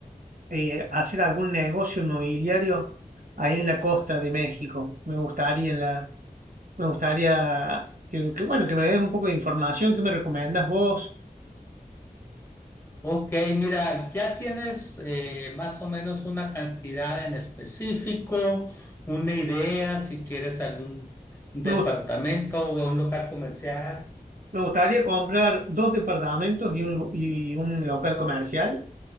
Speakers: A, on the right; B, on the left.
A: eh, hacer algún negocio inmobiliario ahí en la costa de México. Me gustaría en la, me gustaría que, que, bueno, que me des un poco de información, ¿qué me recomendás vos?
B: Ok, mira, ¿ya tienes eh, más o menos una cantidad en específico, una idea, si quieres algún departamento
A: Me gusta.
B: o un local comercial?
A: Me gustaría comprar dos departamentos y un, lu- y un local comercial